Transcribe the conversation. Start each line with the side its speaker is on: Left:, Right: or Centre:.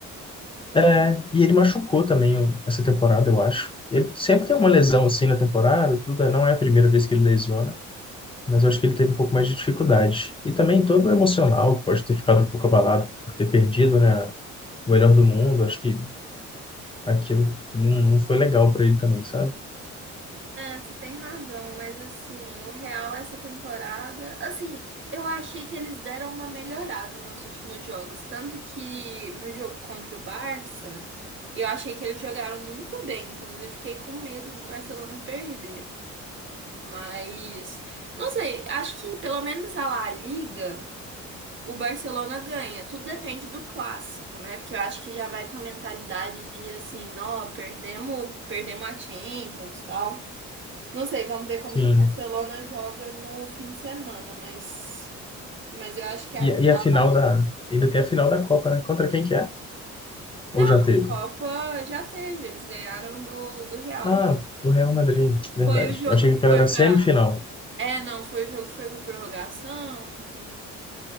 Left: É, e ele machucou também o- essa temporada, eu acho. Ele sempre tem uma lesão assim na temporada, tudo. é, Não é a primeira vez que ele lesiona, mas eu acho que ele teve um pouco mais de dificuldade. E também todo o emocional, pode ter ficado um pouco abalado por ter perdido, né? O melhor do mundo. Acho que aquilo não, não foi legal para ele também, sabe?
Right: É, você tem razão, mas assim, o Real essa temporada, assim, eu achei que eles deram uma melhorada nos últimos jogos, tanto que no jogo contra o Barça, eu achei que eles jogaram muito bem, inclusive fiquei com medo do Barcelona perder. Mas não sei, acho que pelo menos a La Liga, o Barcelona ganha. Tudo depende do clássico, né? Porque eu acho que já vai com a mentalidade de assim, não, perdemos, perdemos a Champions, tal. Não sei, vamos ver como
Left: Sim.
Right: que o Barcelona joga no fim de semana, mas, mas eu acho que a,
Left: E, e
Right: a
Left: a final
Right: La Liga.
Left: da. Ainda tem a final da Copa, né? Contra quem que é?
Right: Não,
Left: Ou já
Right: a
Left: teve?
Right: Copa já teve, eles ganharam do, do Real.
Left: Ah, do Real Madrid, verdade.
Right: Foi o jogo
Left: Eu achei que
Right: que
Left: aquela
Right: foi
Left: era
Right: pra.
Left: semifinal.
Right: É, não, foi o jogo que foi pra prorrogação, enfim.